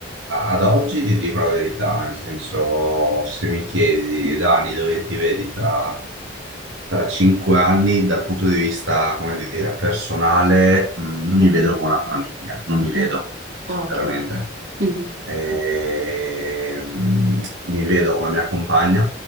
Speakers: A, on the right (about 75°); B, on the right (about 55°).
A: a- ad oggi ti dico la verità, nel senso, se mi chiedi, Dani, dove ti vedi tra, tra cinque anni, dal punto di vista, come dire, personale, mm,
B: <laughs>
A: non
B: Mhm.
A: mi vedo con una famiglia, non mi vedo,
B: Mm.
A: sinceramente.
B: Ah, ok. Mhm.
A: E, mm, mi vedo con la mia compagna,